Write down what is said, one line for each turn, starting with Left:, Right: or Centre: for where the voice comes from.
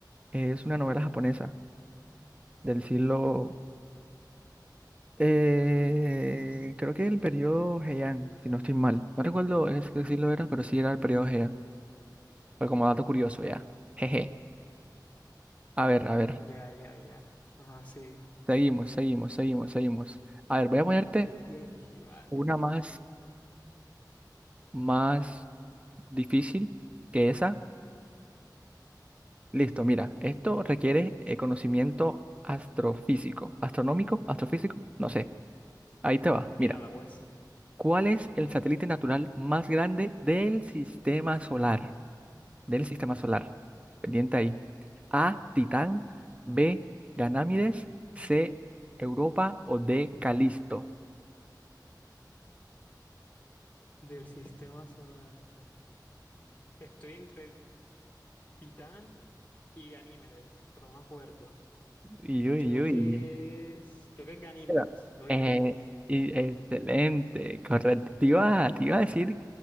Right: Es una novela japonesa del siglo, eh, creo que el periodo Heian, si no estoy mal. No recuerdo el, qué siglo era, pero sí era el periodo Heian. Fue como dato curioso ya. Jeje. A ver, a ver.
Left: Ya, ya, ya. Ajá, sí.
Right: Seguimos, seguimos, seguimos, seguimos. A ver, voy a ponerte
Left: El Genji, vale.
Right: una más, más difícil que esa. Listo, mira, esto requiere eh, conocimiento astrofísico, astronómico, astrofísico, no sé. Ahí te va.
Left: Tírala,
Right: Mira,
Left: pues.
Right: ¿cuál es el satélite natural más grande del sistema solar? Del sistema solar. Pendiente ahí. A, Titán, B, Ganámides, C, Europa o D, Calisto.
Left: Del sistema solar. Estoy entre Titán y Ganímedes, pero no me acuerdo.
Right: Uy, uy,
Left: Creo
Right: uy.
Left: que es. Creo que es Ganímedes.
Right: Espera.
Left: Creo
Right: Eh,
Left: que es Ganímedes.
Right: y- excelente, correcto. Te iba, te iba a decir